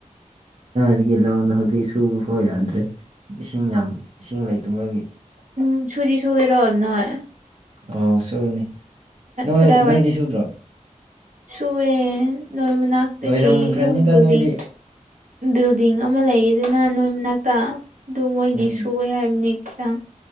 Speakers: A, on the right (about 55°); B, on the right (about 75°).
A: ꯗꯤꯒ ꯂ ꯍꯧꯖꯤꯛ ꯁꯨꯕ ꯐꯥꯎ ꯌꯥꯗ꯭ꯔꯦ ꯏꯁꯤꯡ ꯌꯥꯝ ꯏꯁꯤꯡ ꯂꯩꯇꯕꯕꯒꯤ
B: ꯎꯝ ꯁꯨꯗꯤ ꯁꯧꯒꯔꯜꯅꯥꯣꯏ
A: ꯑꯣ ꯁꯅꯤ ꯅꯣꯏ
B: ꯀꯗꯥꯏꯋꯥꯏ
A: ꯅꯣꯏꯗꯤ ꯁꯨꯗ꯭ꯔꯣ
B: ꯁꯨꯑꯦ ꯅꯣꯏ ꯃꯅꯥꯛꯇꯒꯤ
A: ꯂꯣꯏꯔꯝꯈ꯭ꯔꯅꯤꯗ
B: ꯌꯨꯝ ꯕꯤꯜꯗꯤꯡ
A: ꯅꯣꯏꯗꯤ
B: ꯕꯤꯜꯗꯤꯡ ꯑꯃ ꯂꯩꯌꯦ ꯑꯗꯨꯅ ꯅꯣꯏ ꯃꯅꯥꯛꯇ ꯑꯗꯨ ꯃꯣꯏꯒꯤ
A: ꯎꯝ
B: ꯁꯨ ꯍꯥꯏꯕꯅꯤ ꯈꯤꯇꯪ